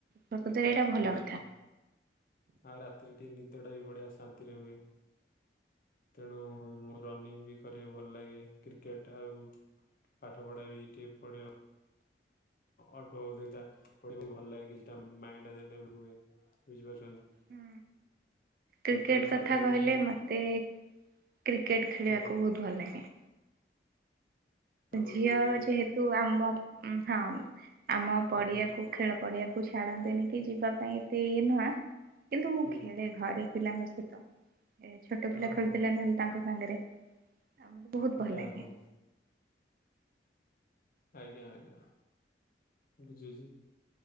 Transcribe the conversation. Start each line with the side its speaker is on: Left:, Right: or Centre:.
Right: ପ୍ରକୃତରେ ଏଇଟା ଭଲ
Left: ଆଜ୍ଞା।
Right: କଥା।
Left: ଆଉ ରାତିରେ ଟିକେ ନିଦଟା ବି ବଢ଼ିଆ ଶାନ୍ତିରେ ହୁଏ। ତେଣୁ ମୁଁ ରନିଂ ବି କରିବାକୁ ଭଲ ଲାଗେ। କ୍ରିକେଟ ଆଉ ପାଠପଢା ବି କିଏ ପଢ଼େଇବ ଅଳ୍ପ ବହୁତ ହେଇକି ଥାଏ, ପଢିବାକୁ ଭଲ ଲାଗେ କିଛିଟା ମାଇଣ୍ଡଟା ଡେଭଲପ ହୁଏ, ବୁଝିପାରୁଛନ୍ତି?
Right: ହୁଁ। କ୍ରିକେଟ
Left: ଟୋଟାଲ ଛାଡିଦେଲେ
Right: କଥା କହିଲେ ମତେ କ୍ରିକେଟ ଖେଳିବାକୁ
Left: ହଁ ହଁ
Right: ବହୁତ ଭଲ ଲାଗେ।
Left: ଆପଣ
Right: ଝିଅ
Left: କେବେ
Right: ଯେହେତୁ ଆମ ହଁ, ଆମ ପଡିଆକୁ
Left: ହୁଁ
Right: ଖେଳ ପଡିଆକୁ ଛାଡନ୍ତିନି କି ଯିବା ପାଇଁ ଏତେ ଇଏ ନୁହଁ, କିନ୍ତୁ ମୁଁ
Left: ହୁଁ
Right: ଖେଳେ ଘଡେଇ ପିଲାଙ୍କ ସହିତ। ଏ ଛୋଟ ପିଲା
Left: ଓ
Right: ଖେଳୁଥିଲେ
Left: ହଉ
Right: ନହେଲେ ତାଙ୍କ ସାଙ୍ଗରେ, ଆଉ ମୋତେ ବହୁତ ଭଲ
Left: ଯାହା
Right: ଲାଗେ।
Left: ହଉ ଆଜ୍ଞା ଆଜ୍ଞା। ମୁଁ କି ଜି ଜି